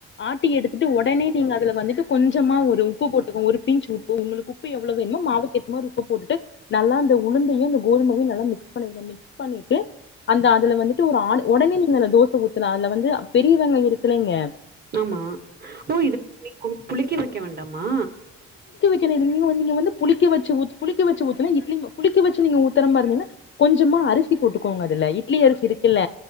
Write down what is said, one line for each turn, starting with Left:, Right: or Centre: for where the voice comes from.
Left: ஆட்டி எடுத்துட்டு ஒடனே நீங்க அதுல வந்துட்டு கொஞ்சமா ஒரு உப்பு போட்டுக்கோங் ஒரு பிஞ்ச் உப்பு உங்களுக்கு உப் ப்பு எவ்ளோ வேணுமோ மாவுக்கேத் சுமார் உப்பு போட்டுட்டு நல்லா அந்த உளுந்து தையு கோதுமவையு நல்லா மிக்ஸ் பண்ணிர்ங்க மிக்ஸ் பண்ணிட்டு அந்த அதுல வந்துட்டு ஒரு ஆலு உடனே நீங்க தோசை ஊத்தலா அதுல வந்து பெரியவெங்காயொ இருக்குல்லலைங்க
Right: ஆமா ஓ இத நீக்கு புளிக்க வைக்க வேண்டாமா
Left: க்க நீது நீங்க வந்து புளிக்க வச்சு ஊத்து புளிக்க வச்சு ஊத்துனா இட்லி மா புளி க்க வச்சு நீங்க ஊத்தர மாறிருந்தினா கொஞ்சமா அரிசி போட்டுக் கோங்க அதுல இட்லி அரிசி இருக்குல்ல